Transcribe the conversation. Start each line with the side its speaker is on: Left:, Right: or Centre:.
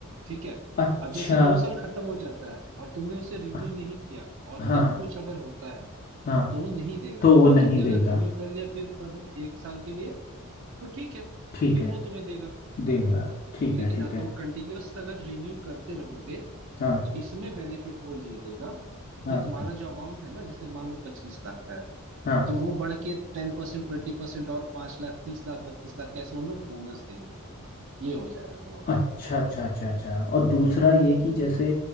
Right: ठीक है
Left: अच्छा
Right: अब जैसे ही दो साल खत्म हो जाता है और तुमने उसे रिन्यू
Left: अ-
Right: नहीं किया और
Left: हाँ
Right: तब कुछ अगर होता है
Left: हाँ
Right: तो वो नहीं देगा
Left: तो वो
Right: हाँ
Left: नहीं
Right: तुमने
Left: देगा
Right: अगर रिन्यू कर लिया फिर फर्दर एक साल के लिए तो ठीक है
Left: ठीक
Right: फिर
Left: है
Right: वो तुम्हें देगा
Left: देगा ठीक
Right: लेकिन
Left: है ठीक
Right: हाँ
Left: है
Right: तुम कंटिन्यूअस अगर रिन्यू करते रहोगे
Left: हाँ
Right: तो इसमें बेनिफिट वो ये देगा
Left: हाँ
Right: कि तुम्हारा जो अमाउंट है ना जैसे मान लो पच्चीस लाख का है
Left: हाँ
Right: तो वो बढ़ के टेन परसेंट ट्वेंटी परसेंट और पांच लाख तीस लाख बत्तीस लाख कैसे उन लोग बोनस देंगे ये हो जाएगा तुम्हारा
Left: अच्छा अच्छा अच्छा अच्छा और दूसरा ये
Right: हम्म
Left: कि जैसे